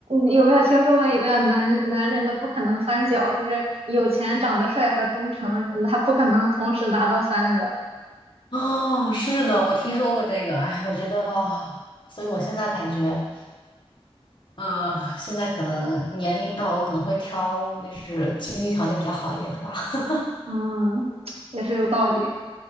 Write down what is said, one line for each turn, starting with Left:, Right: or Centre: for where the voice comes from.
Right: 你有没有听说过一个男男人的不可能三角，就是有钱、长得帅和忠诚，嗯他不可能同时达到三个。
Left: 哦，是的，我听说过这个。哎，我觉得，啊所以我现在感觉。呃，现在可能年龄到了，我可能会挑那是经济条件比较好一点的吧。<laughs>
Right: 嗯，也是有道理。